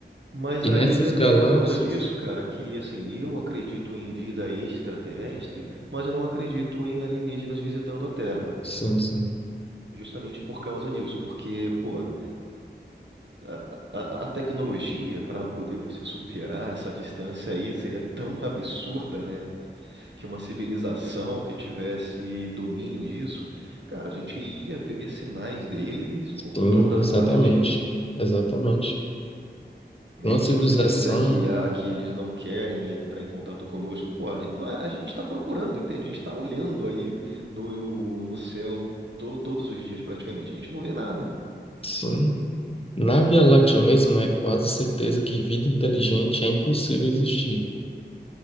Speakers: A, on the right; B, on the left.
A: Mas
B: E
A: aí,
B: nessas
A: até
B: galáxias,
A: por causa disso, cara, que assim, eu acredito em vida extraterrestre, mas eu não acredito em alienígenas visitando a Terra.
B: sim, sim.
A: Justamente por causa disso, porque, pô, a, a, a- a tecnologia para poder você superar essa distância aí seria tão absurda, né? que uma civilização que tivesse domínio disso, cara, a gente ia ver sinais deles por
B: Sim,
A: toda
B: exatamente.
A: parte.
B: Exatamente.
A: Mesmo
B: Uma civilização,
A: se você disser que, ah, que eles não querem entrar em contato conosco, pô, a gente, não é- a gente está procurando, entende? A gente está olhando aí no, no céu to- todos os dias praticamente. A gente não vê nada.
B: sim. Na Via Láctea mesmo, é quase certeza que vida inteligente é impossível existir,